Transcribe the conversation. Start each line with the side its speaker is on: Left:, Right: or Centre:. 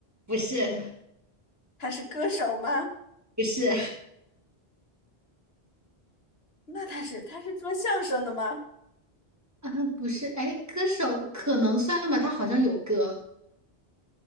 Right: 不是
Left: 他是歌手吗？
Right: 不是，
Left: 那他是他是做相声的吗？
Right: 啊，不是，哎，歌手可能算吧，他好像有歌，